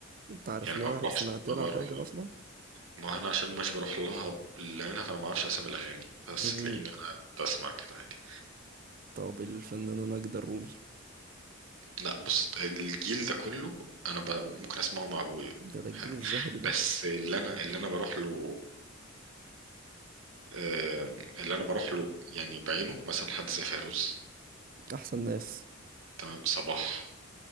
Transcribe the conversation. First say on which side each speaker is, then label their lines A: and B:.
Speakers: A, on the right (about 45°); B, on the right (about 70°).
A: انت عارف
B: يعني
A: لها
B: ما بروحش
A: سمعت
B: ما
A: لها
B: بروح
A: حاجة اصلا
B: ما انا عشان مش بروح لها باللي هنا فانا ما اعرفش اسامي الاغاني بس
A: امم
B: تلاقيني انا قاعد بسمع كده عادي
A: طب الفنانة ماجدة الرومي
B: لا بص الجيل ده كله انا ب... ممكن اسمعه مع ابويا
A: ده ده الجيل
B: حلو
A: الذهبي ده
B: بس اللي انا اللي انا بروح له آه، اللي انا بروح له يعني بعينه مثلا حد زي فيروز
A: احسن ناس
B: تمام صباح